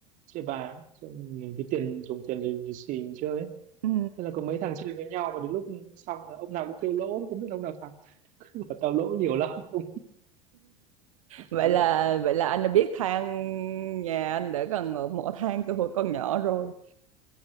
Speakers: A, on the right; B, on the right.
A: chơi bài ấy. Cho mình cái tiền dùng tiền lì lì xì mình chơi ấy.
B: Ừ.
A: Thế là có mấy thằng chơi với nhau mà đến lúc xong là ông nào cũng kêu lỗ không biết ông nào thắng <laughs> cứ bảo tao lỗ nhiều lắm không
B: Vậy
A: Đấy.
B: là vậy là anh đã biết than nhà anh đã gần ở mỏ than từ hồi còn nhỏ rồi.